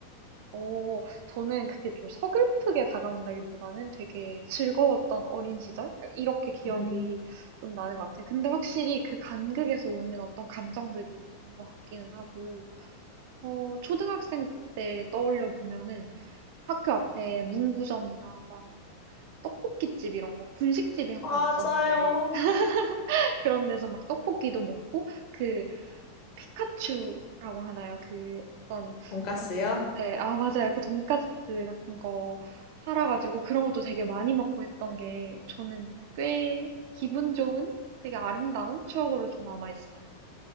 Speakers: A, on the right; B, on the left.
A: 어, 저는 그게 좀 서글프게 다가온다기보다는 되게 즐거웠던 어린 시절? 이렇게 기억이
B: 음.
A: 좀 나는 것 같아요. 근데 확실히 그 간극에서 오는 어떤 감정들이 있는 것 같기는 하고, 어, 초등학생 때 떠올려 보면은 학교 앞에 문구점이나 막 떡볶이집 이런 거, 분식집이 항상
B: 맞아요.
A: 있었는데, <laughs> 그런 데서 막 떡볶이도 먹고, 그 피카츄라고 하나요? 그 어떤
B: 돈가스요?
A: 네, 아, 맞아요. 그 돈까스 같은 거 팔아가지고 그런 것도 되게 많이 먹고 했던 게 저는 꽤 기분 좋은 되게 아름다운 추억으로 좀 남아있어요.